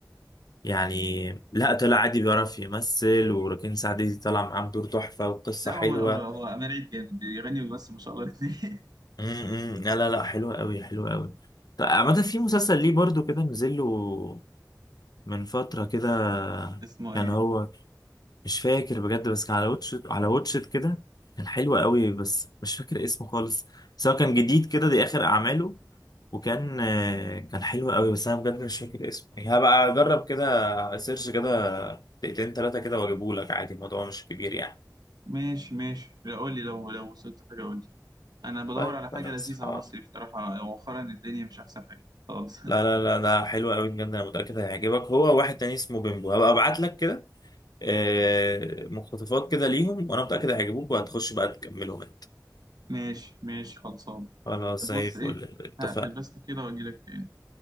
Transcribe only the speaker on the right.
لا
هو هو هو امير عيد جامد بيغني وبيمثل ما شاء الله الاثنين
<laughs> اسمه ايه
ماشي ماشي لا، قول لي لو لو وصلت حاجه قول لي انا بدور
على
حاجه لذيذه على
مصري بصراحه مؤخرا الدنيا مش احسن حاجه خالص
<laughs> ماشي ماشي خلصان
طب
بص
ايه
هقفل بس كده واجي لك تاني